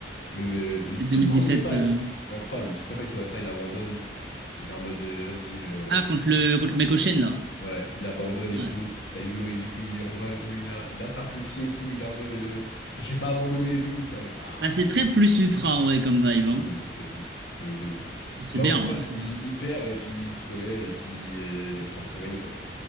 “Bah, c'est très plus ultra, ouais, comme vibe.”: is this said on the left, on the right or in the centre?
Right